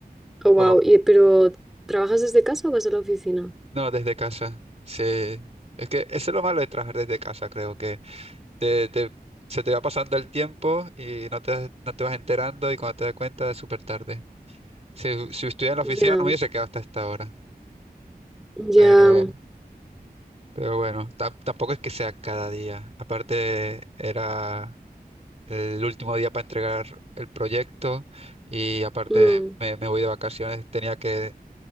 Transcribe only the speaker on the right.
Bueno,
no, desde casa. Sí. Es que eso es lo malo de trabajar desde casa, creo que te, te- se te va pasando el tiempo y no te, no te vas enterando y cuando te das cuenta es súper tarde. Si, si estuviera en la
oficina no me hubiese quedado hasta esta hora. Pero,
pero bueno, tam- tampoco es que sea cada día. Aparte era el último día para entregar el proyecto y aparte
me, me voy de vacaciones, tenía que